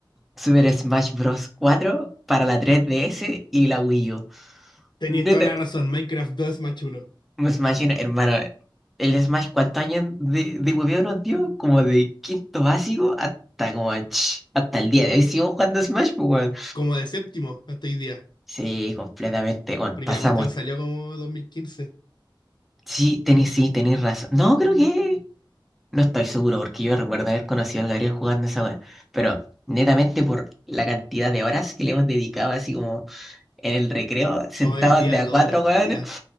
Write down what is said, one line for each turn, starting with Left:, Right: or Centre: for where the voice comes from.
Centre: Super Smash Bros. cuatro para la 3DS y la Wii U.
Left: Tenéis
Centre: Neta,
Left: toda la razón, Minecraft 2 es más uno.
Centre: Me imagino, hermano, el Smash, ¿cuántos años de, de hueveo nos dio? Como de quinto básico hasta como, ch, hasta el día
Left: Co-
Centre: de hoy seguimos jugando Smash, pues, weón.
Left: como de séptimo hasta hoy día,
Centre: Sí, completamente, weón.
Left: porque
Centre: Pasamos.
Left: la cuestión salió como dos mil quince
Centre: Sí, tenéis, sí, tenéis razón. No, creo que. No estoy seguro, porque yo recuerdo haber conocido al Gabriel jugando esa weón. Pero, netamente por la cantidad de horas que le hemos dedicado, así como en el recreo, sentados
Left: Todo el día,
Centre: de a
Left: todos
Centre: cuatro,
Left: los
Centre: weón.
Left: días.